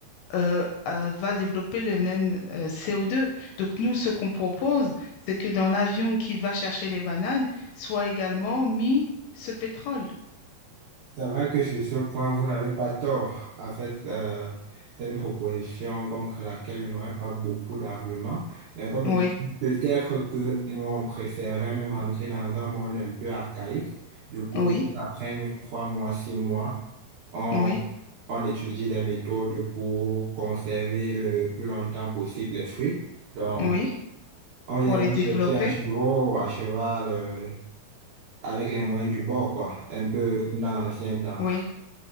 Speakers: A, on the left; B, on the right.
A: euh, euh, va développer le même euh, CO2. Donc, nous, ce qu'on propose, c'est que dans l'avion qui va chercher les bananes, soit également mis ce pétrole.
B: c'est vrai que sur ce point, vous n'avez pas tort. En fait, euh, c'est une proposition contre laquelle je n'aurais pas beaucoup d'arguments. Mais comme
A: Oui,
B: je dis, peut-être que nous, on préférerait même rentrer dans un monde un peu archaïque. Du coup,
A: oui,
B: après trois mois, six mois, on,
A: oui,
B: on étudie des méthodes pour conserver le plus longtemps possible les fruits. Donc,
A: oui,
B: On viendra
A: pour les développer.
B: chercher à chevaux, à cheval, euh, avec les moyens du bord, quoi. Un peu comme dans l'ancien temps.
A: Oui.